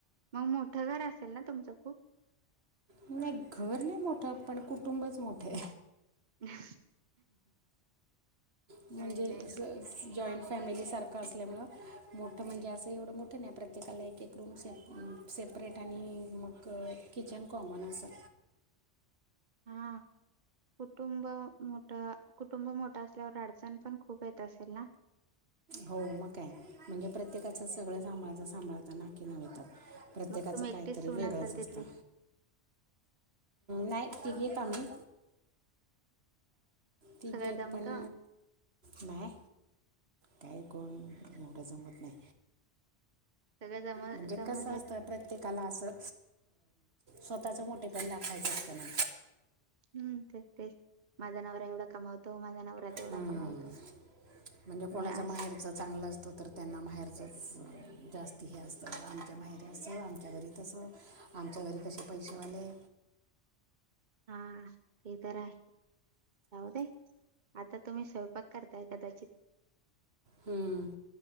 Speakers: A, on the right; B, on the right.
A: मग मोठं घर असेल ना तुमचं खूप.
B: नाही घर नाही मोठं, पण कुटुंबच मोठं आहे.
A: <unintelligible>
B: म्हणजे
A: काय नाही
B: असच. जॉईंट फॅमिली सारखं असल्यामुळं, मोठं म्हणजे असं एवढं मोठं नाही प्रत्येकाला एक एक रूम सेप, सेपरेट आणि मग किचन कॉमन असं.
A: हा कुटुंब मोठ कुटुंब मोठं असल्यावर अडचण पण खूप येत असेल ना?
B: हो मग का म्हणजे प्रत्येकाचं सगळं सांभाळता सांभाळाच नाकी न मिळतात. प्रत्येकाचं
A: मग तुम्ही एकटीच
B: काहीतरी
A: सून
B: वेगळंच
A: असाल
B: असतं
A: तिथली
B: नाही ती घेत आम्ही. ती
A: सगळं
B: घेत
A: जमत
B: पण बाय. काय कोण एवढं जमत नाही.
A: सगळं जम
B: म्हणजे
A: जमून
B: कसं
A: येत
B: असतं प्रत्येकाला असं स्वतःचं मोठेपण दाखवायचं असतं ना.
A: हम् तेच तेच माझा नवरा एवढा कमाव तो माझा नवरा तेवढा
B: हम्म.
A: कमावतो
B: म्हणजे कोणाचं
A: मी आशी
B: माहेरचं चांगलं असतं तर त्यांना माहेरचंच जास्ती हे असतं आमच्या माहेरी असं आमच्या घरी तसं आमच्या घरी कसे पैसेवाले
A: हा ते तर आहे जाऊ दे. आता तुम्ही स्वयंपाक करताय कदाचित
B: हम्म,